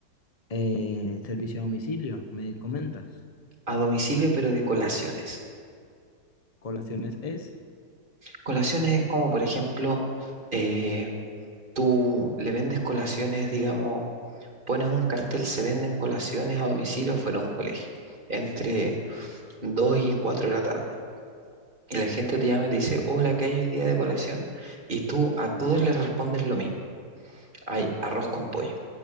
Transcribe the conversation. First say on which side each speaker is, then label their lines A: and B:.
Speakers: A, on the left; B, on the right.
A: eh, servicio a domicilio, me comentas.
B: A domicilio, pero de colaciones.
A: Colaciones es
B: Colaciones es como, por ejemplo, eh, tú le vendes colaciones, digamos, pones un cartel, se venden colaciones a domicilio fuera de un colegio, entre 2 y 4 de la tarde. y la gente te llama y te dice, hola, ¿qué hay hoy día de colación? Y tú a todos les respondes lo mismo, hay arroz con pollo.